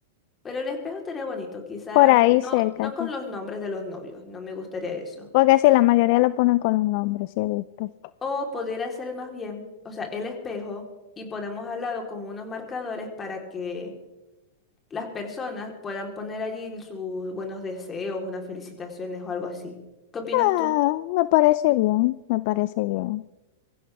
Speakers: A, on the left (about 20°); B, on the left (about 55°).
A: pero el espejo estaría bonito, quizás
B: por ahí
A: no,
B: cerca.
A: no con
B: sí.
A: los nombres de los novios, no me gustaría eso.
B: Porque sí, la mayoría lo ponen con un nombre sí he visto.
A: O podría ser más bien, o sea, el espejo y ponemos al lado como unos marcadores para que las personas puedan poner allí sus buenos deseos, unas felicitaciones o algo así. ¿Qué opinas
B: Ah,
A: tú?
B: me parece bien, me parece bien.